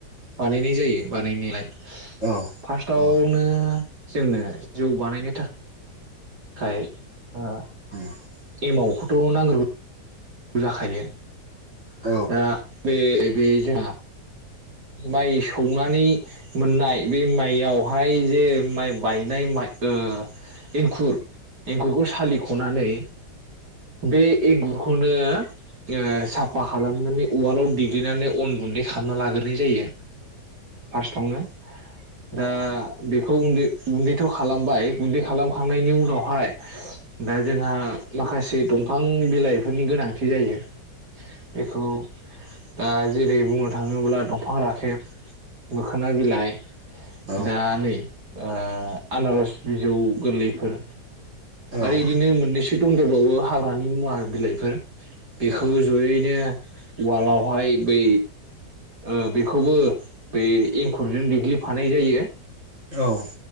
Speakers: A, on the right; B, on the right.
A: बानायनाय जायो बानायनायालाय।
B: औ
A: फार्स्टआवनो
B: औ
A: जोंनो जौ बानायनो थाख खाय ओ
B: <inaudible>
A: एमावखौथ नांग्रोगु <unintelligible> खायो
B: औ
A: दा बे बे जोंहा माइ सौनानै मोननाय बे माइयावहाय जे माइ बायनाय माइ ओ इंखुर एंखुरखौ सालिखनानै बे एगुरखौनो ओ साब फा खालामनानै उवालाव देग्लिनानै अन गुन्दै खालामना लागोरनाय जायो। फार्स्टावनो दा बेख खौन्दो गुन्दैथ खालामबाय गुन्दै खालामखांनायनि उनावहाय दा जोंहा माखासे दंफां बिलाइफोरनि गोनांथि जायो। बेखौ दा जेरै बुंनो थाङोब्ला दंफां राखेब मोखोना बिलाइ
B: औ
A: दा नै ओ आनारस बिजौ गोरलैफोर आरो
B: औ
A: इदिनो मोननैसो दंदेरबावो हाग्रानि मुवा बिलाइफोर बेखौ
B: औ
A: जयैनो उवालावहाय बै ओ बेखौबो बे एंखुरजों देग्लिफानाय जायो।
B: औ